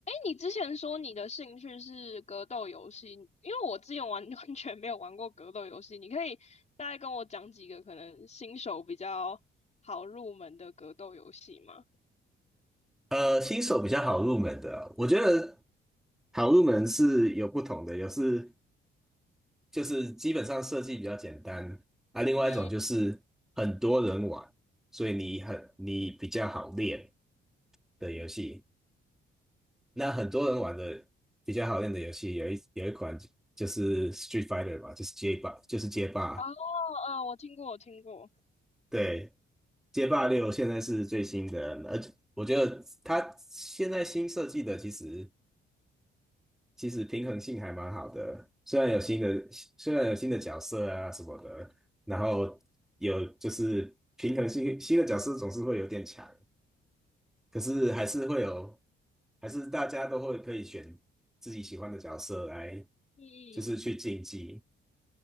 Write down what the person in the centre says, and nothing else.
呃，新手比较好入门的，我觉得好入门是有不同的，有是就是基本上设计比较简单，啊，另外一种就是很多人玩，
所以你很你比较好练的游戏。那很多人玩的比较好练的游戏，有一有一款就是 Street Fighter 吧，就是街霸，就是街霸，
对，街霸六现在是最新的，而且我觉得它现在新设计的其实。其实平衡性还蛮好的，虽然有新的虽然有新的角色啊什么的，然后有就是平衡性新的角色总是会有点强，可是还是会有，还是大家都会可以选自己喜欢的角色来，
就是去竞技。